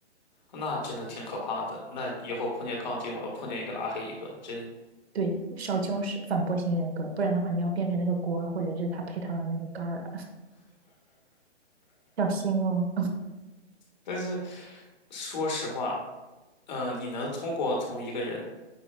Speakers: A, on the left; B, on the right.
A: 那真的挺可怕的，那以后碰见杠精我要碰见一个拉黑一个，这
B: 对，少交是反驳型人格，不然的话你要变成那个锅儿或者是他配套的那个杆儿了，<laughs> 小心哦。
A: 但是说实话。嗯、呃你能通过从一个人